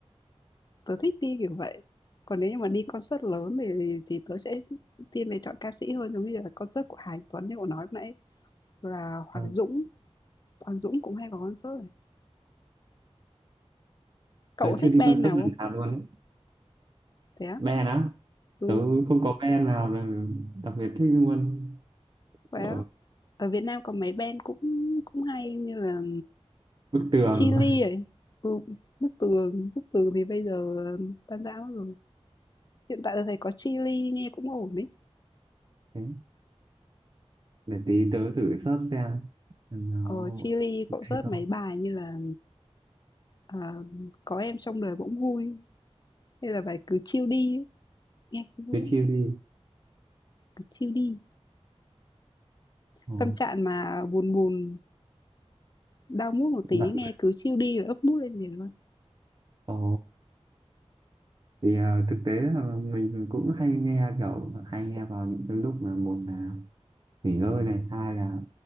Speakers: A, on the left (about 40°); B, on the right (about 40°).
A: Tớ thích đi kiểu vậy. Còn nếu như mà đi concert lớn thì thì tớ sẽ thiên về chọn ca sĩ hơn, giống như là concert của Hà Anh Tuấn như cậu nói lúc nãy, là Hoàng
B: Ờ,
A: Dũng, Hoàng Dũng cũng hay có concert này. Cậu
B: tớ
A: có thích
B: chưa đi
A: band
B: concert
A: nào
B: lần
A: không?
B: nào luôn đấy
A: Thế á?
B: band á
A: Ừ,
B: tớ không có band nào là đặc biệt thích luôn
A: vậy
B: ở
A: á. Ở Việt Nam có mấy band cũng cũng hay như là
B: bức tường
A: Chillies
B: <laughs>
A: ấy. Ừ, Bức Tường, Bức Tường thì bây giờ tan rã mất rồi. Hiện tại tôi thấy có Chillies nghe cũng ổn ấy.
B: Thế, để tí tớ thử search xem xem nó
A: Ờ, Chillies cậu
B: ok
A: search
B: không
A: mấy bài như là à, có em trong đời bỗng vui hay là bài cứ chill đi ấy. Nghe cũng vui
B: cứ
A: lắm,
B: chill đi
A: cứ chill đi.
B: ồ,
A: Tâm trạng mà buồn buồn, đau mood một tí
B: bật
A: nghe cứ chill đi là ấp mood lên liền luôn.
B: ồ thì à, thực tế là mình cũng hay nghe kiểu hay nghe vào những cái lúc mà một là nghỉ ngơi này hai là